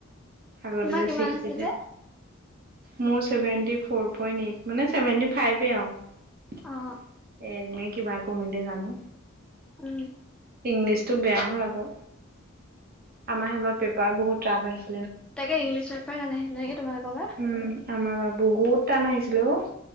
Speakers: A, on the right (about 50°); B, in the centre.
A: আগতে
B: তোমাৰ
A: যে
B: কিমান
A: সৃষ্টিতে।
B: আছিলে?
A: মোৰ চেভেণ্টি ফৰ পইন্ট এইট মানে চেভেণ্টি ফাইভে আৰু।
B: অ
A: এ এনে কিবা কমিলে জানো
B: উম
A: ইংলিছতো বেয়া হল আকৌ আমাৰ সেইবাৰ পেপাৰ বহুত টান আহিছে
B: তাকে ইংলীছৰ পেপাৰ টান আহিছে তোমালোকৰ বা
A: উম আমাৰ বা বহুত টান আহিছিলে অ